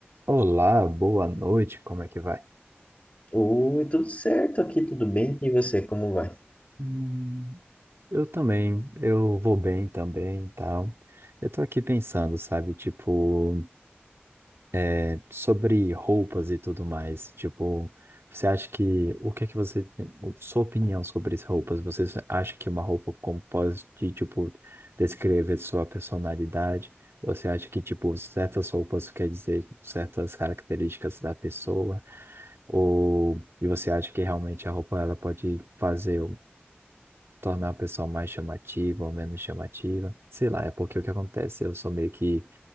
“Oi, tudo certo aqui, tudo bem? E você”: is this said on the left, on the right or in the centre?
Left